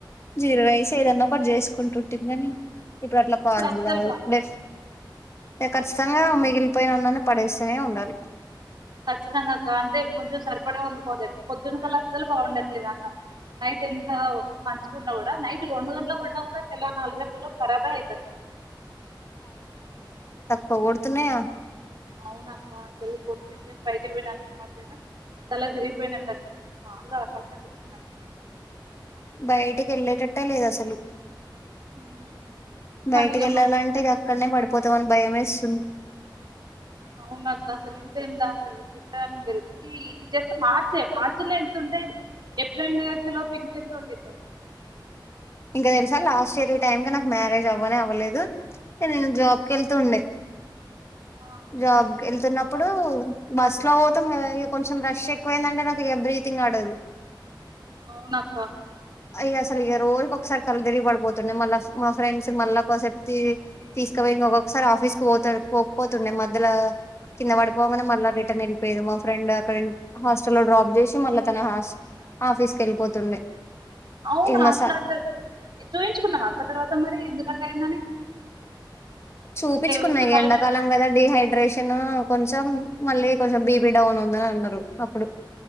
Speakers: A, on the left (about 35°); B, on the right (about 60°).
A: జీరా
B: ఉమ్.
A: రైస్ ఏదన్నా ఒకటి జేస్ కుంటుంటిం గాని ఇప్పుడు అట్లా పాసిబుల్
B: అస్సలు
A: అవ్వదు
B: బాగాలేదు
A: డెఫ్ టేకర్స్ సంగా మిగిలిపోయిన అన్నాన్ని పడేస్తూనే ఉండాలి
B: ఖచ్చితంగా కా అంతే ముందు సరిపడే ఓండుకోలే పొద్దున్న కల్లా అస్సలు బావుండట్లేదు అన్నం నైట్ ఎంత మంచిగున్నా కూడా నైట్ రెండు గంటలుకు వండినా కూడా తెల్లవారు నాలుగు గంటల్లోపు ఖరాబే ఐతుందన్
A: పోగొడుతున్నాయా
B: అవునక్కా అసలు కొద్దిసేపు బైటికి పోయినాను <inaudible> తల తిరిగిపోయినట్టు అనిపిచ్చింది బాగా తలకాయ్ నొచ్చిందట
A: బయటికి వెళ్ళేటట్టే లేదు అసలు
B: ఉమ్. కానీ
A: బయటికి
B: ఇక
A: వెళ్ళాలంటే
B: మనం
A: ఇక అక్కడనే పడిపోతామని భయమేస్తుంది
B: అవును అక్క అసలు ఇంత ఎండ గిందగానం ఈ ఇది జస్ట్ మార్చే మార్చల ఇంత ఉంటే ఏప్రిల్ మే వచ్చే లోపు ఇంకెంత ఉండిద్దో
A: ఇంకా తెలుసా లాస్ట్ ఇయర్ టైం కు నాకు మ్యారేజ్ అవ్వనే అవ్వలేదు నేను
B: ఉమ్,
A: జాబ్ కి వెళ్తూ ఉండే
B: ఆ
A: జాబ్ వెళ్తున్నప్ ఇప్పుడు బస్ లో పోతం కొంచెం రష్ ఎక్కువైందంటే నాకు బ్రీతింగ్ ఆడదు
B: అవును అక్క
A: ఇగ అసలు రోజు ఒక ఒకసారి కళ్ళు తిరిగి పడిపోతుండే మళ్ళా మా ఫ్రెండ్స్ మళ్ళా కోసేపు తీసుకుపోయి ఒక్కొక్కసారి ఆఫీస్ కు పో పోకపోతుండే మధ్యలో కింద పడిపోవమనే మళ్ళా రిటర్న్ వెళ్ళిపోయదు మా ఫ్రెండ్ అక్కడ హాస్టల్ లో డ్రాప్ చేసి మళ్ళా తన హస్ ఆఫీస్ క వెళ్ళిపోతుండే
B: అవునా
A: ఇక మా
B: అట్లా చుయించుకున్నావ అక్క తర్వాత మరి ఎందుకట్లా అయిందో
A: చూపించుకున్నా
B: ఊకే
A: ఇగ
B: కళ్ళు
A: ఎండాకాలం
B: తిరిగి పడిపో
A: కదా డిహైడ్రేషన్ తీన్న కొంచెం మళ్ళీ కొంచెం బీపి డౌన్ ఉందని అన్నారు అప్పుడు